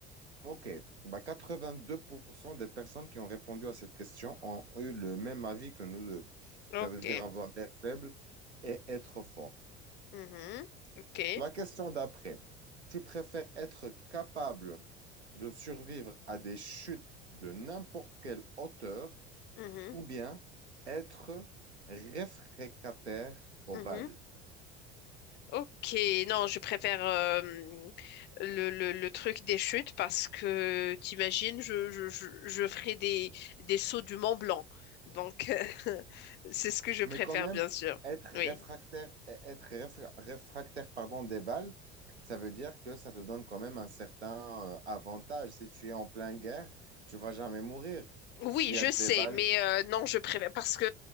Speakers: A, on the right; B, on the left.
A: OK. Bah, 82% des personnes qui ont répondu à cette question ont eu le même avis que nous deux.
B: Ok.
A: Ça veut dire avoir l'air faible et être fort.
B: Mhm. Ok.
A: La question d'après, tu préfères être capable de survivre à des chutes de n'importe quelle hauteur
B: Mhm.
A: ou bien être réfractaire aux
B: Mhm.
A: balles?
B: Ok, non, je préfère euh, le, le, le truc des chutes parce que t'imagines, je, je, je, je ferai des, des sauts du Mont Blanc. Donc, <laughs> c'est ce que je préfère,
A: Mais quand même,
B: bien sûr.
A: être
B: Oui.
A: réfractaire, être réfra- réfractaire, pardon, des balles, ça veut dire que ça te donne quand même un certain euh, avantage. Si tu es en pleine guerre, tu vas jamais mourir.
B: Oui,
A: S'il
B: je
A: y a des
B: sais,
A: balles,
B: mais euh, non, je préfère parce que